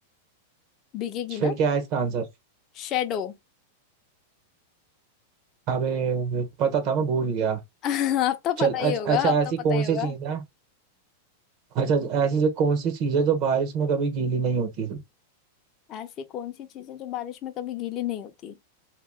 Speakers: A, on the left; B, on the right.
A: भीगेगी
B: फिर
A: ना
B: क्या है इसका आंसर
A: शेडो
B: अबे पता था मैं भूल गया
A: <laughs> अब तो
B: चल
A: पता
B: अच,
A: ही होगा
B: अच्छा
A: अब
B: ऐसी
A: तो पता
B: कौन
A: ही
B: सी
A: होगा
B: चीज है अच्छा ऐसी जो कौन सी चीज है जो बारिश में कभी गीली नहीं होती
A: ऐसी कौन सी चीजें जो बारिश में कभी गीली नहीं होती